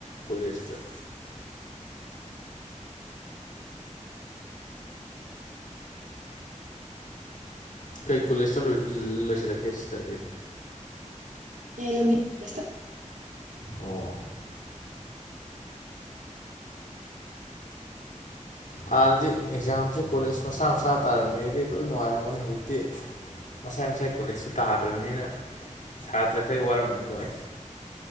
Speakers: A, on the left; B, on the right.
A: ꯀꯣꯂꯦꯖꯇ
B: <inaudible>
A: ꯀꯩ ꯀꯣꯂꯦꯖꯇ ꯂꯣꯏꯁꯤꯜꯂꯛꯀꯦ ꯁꯤꯗꯗꯤ
B: ꯃꯌꯥꯏ ꯂꯝꯕꯤ ꯀꯂꯣꯜꯛꯠ ꯇꯥ
A: ꯑꯣ ꯍꯥꯟꯅꯗꯤ ꯑꯦꯛꯖꯥꯝꯁꯦ ꯀꯣꯂꯦꯖ ꯃꯁꯥ ꯃꯁꯥ ꯇꯥꯔꯝꯃꯦꯗꯤ ꯂꯣꯏ ꯅꯨꯡꯉꯥꯏꯔꯝꯒꯅꯤ ꯍꯧꯖꯤꯛꯇꯤ ꯃꯁꯥꯏ ꯃꯁꯥꯏ ꯀꯣꯂꯦꯖꯇ ꯇꯥꯗ꯭ꯔꯕꯅꯤꯅ ꯁꯥꯇ꯭ꯔꯈꯩ ꯋꯥꯔꯃ ꯂꯣꯏ